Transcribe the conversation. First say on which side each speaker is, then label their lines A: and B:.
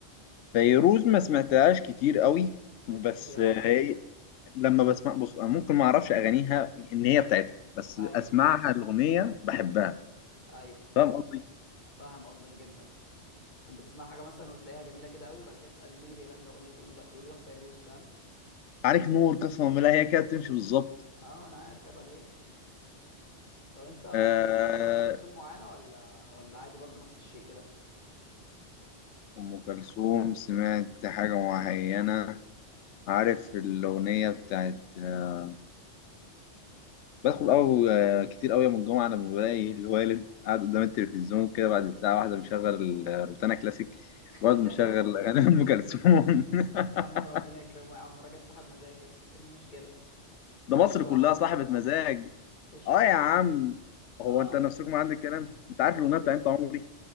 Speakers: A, on the left; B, on the left.
A: فيروز ما سمعتهاش كتير قوي
B: فايتك
A: بس
B: كتير عامه
A: هي لما بسمع بص انا ممكن ما اعرفش اغانيها ان هي بتاعتها بس
B: ايوه
A: اسمعها الاغنيه بحبها
B: ايوه
A: فاهم قصدي
B: فاهم قصدك جدا كنت بتسمع حاجه مثلا وتلاقيها جميله كده قوي وبعد كده تسال مين اللي بيغني الاغنيه دي تقول يقول لك فيروز فاهم
A: عليك نور قسما بالله هي كده بتمشي بالظبط
B: اه انا عارف عيب عليك طب انت
A: آه،
B: بتسمع حاجه لام كلثوم معينه ولا ولا عادي برضو نفس الشيء كده
A: ام كلثوم سمعت حاجه معينه عارف الاغنيه بتاعت آه، بدخل أو آه، كتير قوي من الجمعه لما بلاقي الوالد قاعد قدام التلفزيون كده بعد الساعه واحده مشغل آه، روتانا كلاسيك
B: <laughs>
A: برضه مشغل اغاني ام كلثوم <laughs>
B: يا عم ربنا يكرمه يا عم راجل صاحب مزاج يا اسطى ايه المشكله تلاقيه
A: ده مصر
B: بيشرب
A: كلها
B: قهوه
A: صاحبة
B: كمان
A: مزاج
B: بيشرب
A: اه يا
B: قهوه
A: عم
B: اكيد
A: هو
B: اه
A: انت
B: يا
A: نفسكم
B: باشا
A: عندك كلام انت عارف
B: مع
A: الاغنيه
B: كوبايتها
A: بتاعت انت عمري